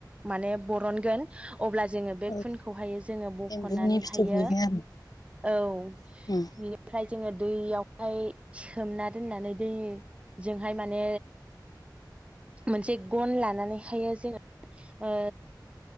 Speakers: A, on the right; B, on the left.
A: माने बरनगोन अब्ला जोङो बे
B: औ
A: खुनखौहायो जोङो बखनानैहायो
B: एम्फौनि फिथोबनिफ्राय
A: औ
B: आरो
A: बिनिफ्राय जोङो दैयाव ओमफाय सोमना दोननानै यै जोंहाय माने मोनसे गन लानानैहाय जोङो ओ